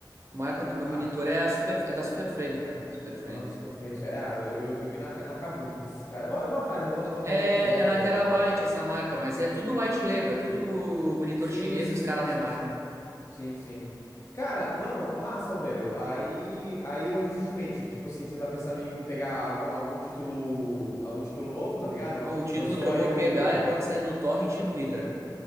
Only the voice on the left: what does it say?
Ah,
Ah, Super Frames. É, Ah, eu, eu, eu vi na, ca- na Kabum desses caras. Eu vou, eu vou atrás, eu vou, eu vou atrás
direitinho depois,
mano.
Sim,
sim,
sim,
sim, sim. Sim, sim. Cara, mano, massa, velho. Aí, aí eu recentemente, tipo assim, você tá pensando em em pegar algum, algum título, algum título novo, tá ligado?
Lançou
aí
o